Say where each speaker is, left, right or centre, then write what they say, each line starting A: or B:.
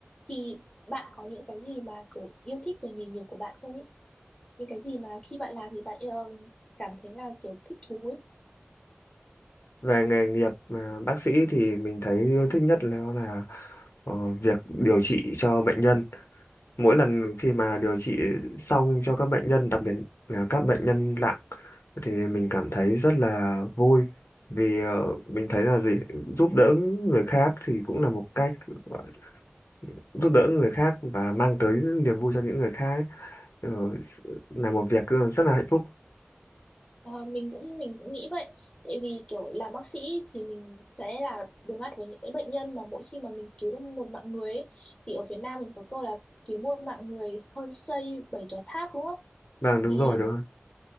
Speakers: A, on the left; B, on the left.
A: Thì bạn có những cái gì mà kiểu yêu thích về nghề nghiệp của bạn không ấy? Những cái gì mà khi bạn làm thì bạn ờ, cảm thấy là kiểu thích thú ấy?
B: Về nghề nghiệp ờ, bác sĩ thì mình thấy yêu thích nhất là, là ờ, việc điều trị cho bệnh nhân mỗi lần khi mà điều trị xong cho các bệnh nhân đặc biệt là các bệnh nhân nặng thì mình cảm thấy rất là vui vì ờ, mình thấy là gì giúp đỡ người khác thì cũng là một cách gọi- giúp đỡ người khác và mang tới niềm vui cho những người khác ấy. Ờ, là một việc ờ, rất là hạnh phúc
A: Ờ, mình cũng mình cũng nghĩ vậy tại vì kiểu làm bác sĩ thì mình sẽ là đối mặt với những cái bệnh nhân mà mỗi khi mà mình cứu được một mạng người ấy, thì ở Việt Nam mình có câu là cứu một mạng người hơn xây bảy tòa tháp đúng không
B: vâng đúng
A: thì
B: rồi đúng rồi